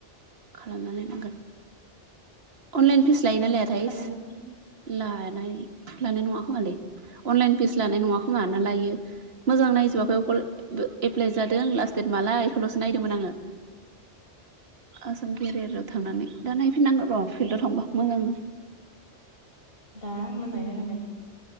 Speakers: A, on the right (about 60°); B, on the left (about 55°).
A: खालामना नायनांगोन अनलाइन फिस लायो ना लायाथाय
B: खालामो हो
A: लानाय लानाय नङा खोमालै अनलाइन फिस लानाय नङा खोमा लायो मोजां नायजोबाखै अकल एप्लाइ जादों लास्ट देट मालाय बेखौल'सो नायदोंमोन आङो आसाम केरियाराव थांनानै दा नायफिननांगौ र' फिल्डआव थांबा मोजांनो
B: दा मोजाङैनो नायनांगोन